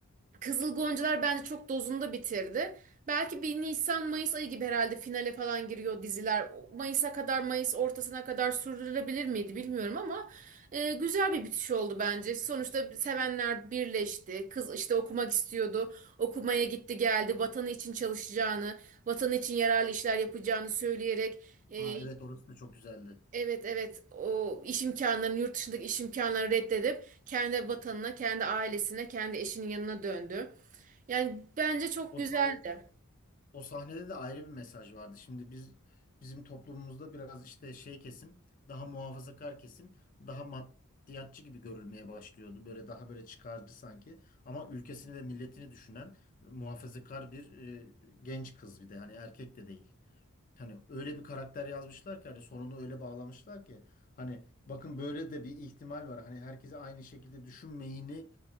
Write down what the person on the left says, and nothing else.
Aa, evet orası da çok güzeldi.
O,
sa- o, o sahnede de ayrı bir mesaj vardı. Şimdi biz bizim toplumumuzda biraz işte şey kesim daha muhafazakar kesim daha maddiyatçı gibi görülmeye başlıyordu. Böyle daha böyle çıkarcı sanki. Ama ülkesini ve milletini düşünen muhafazakar bir e, genç kız bir de hani erkek de değil. Hani öyle bir karakter yazmışlar ki hani sonunu öyle bağlamışlar ki hani bakın böyle de bir ihtimal var. Hani herkese aynı şekilde düşünmeyini